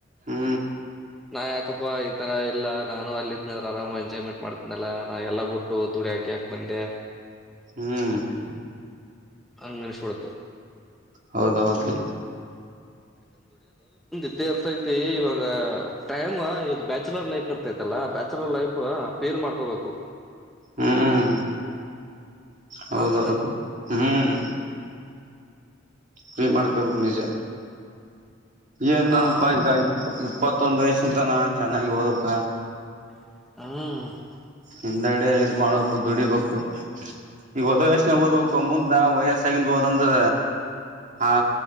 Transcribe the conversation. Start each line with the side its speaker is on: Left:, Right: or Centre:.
Right: ಹ್ಮ
Centre: ನಾ ಯಾಕಪ್ಪಾ ಈ ತರ ಇಲ್ಲಾ ನಾನು ಅಲ್ಲಿದ್ನ ಆರಾಮ ಎಂಜಾಯ್ಮೆಂಟ್ ಮಾಡ್ತಿದನಲ್ಲ ನಾ ಎಲ್ಲ ಬಿಟ್ಟುಓದ ದುಡ್ ಕ್ಯಾಕ ಬಂದೆ
Right: ಹ್ಮ್
Centre: ಅನ್ನಿಸ್ಬಿಡ್ತು
Right: ಹೌದೌದು
Centre: ಇದೇ ಇರ್ತೈತಿ ಇವಾಗ ಟೈಮ್ ಇದು ಬ್ಯಾಚುಲರ್ ಲೈಫ್ ಇರ್ತೈತಲ್ಲ ಬ್ಯಾಚುಲರ್ ಲೈಫ್ ಪೇಪ ಮಾಡ್ಕೋಬೇಕು
Right: ಹ್ಮ್ ಹೌದೌದು
Centre: ಹೌದಿಲ್ಲ
Right: ಹ್ಮ್ ಫ್ರೀ ಮಾಡ್ಕೊಬೇಕ್ ನಿಜ ಏನ್ನಪ್ಪ
Centre: ಆ
Right: ಈಗ ಇಪ್ಪತ್ತೊಂದ ವಯಸ್ಸಂತಾನ ಚೆನ್ನಾಗಿ ಓದಕ್ಕ
Centre: ಹ್ಮ
Right: ಹಿಂದೆಡ ಇದ್ ಮಾಡ್ಬೇಕು ದುಡಿಬೇಕು ಈಗ ಹೊದ ವಯಸ್ಸನಾಗ ಓದ್ಬೇಕು ಮುಂದ ವಯಸ್ಸಗಿಂದ ಓದಂದ್ರ ಹಾ